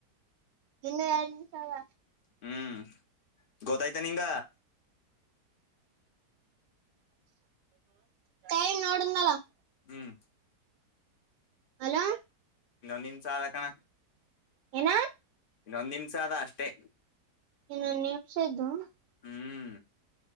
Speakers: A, on the right; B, on the left.
A: ಇನ್ನು ಎರಡು ನಿಮಿಷ ಅಲ್ಲ
B: ಹ್ಮ್ ಗೊತ್ತಾಯ್ತ ನಿಂಗ
A: ೈಮ ನೋಡ ನಲ
B: ಹ್ಮ್
A: ಅಲೋ
B: ನಿಮ್ ಚಾರ ಕಣ
A: ಏನ
B: ಇನ್ನೊಂದ್ ನಿಮ್ಸ ಆದದ ಅಷ್ಟೇ
A: ಇನ್ನೊಂದು ನಿಮಿಷ ಇದ್ದು
B: ಹ್ಮ್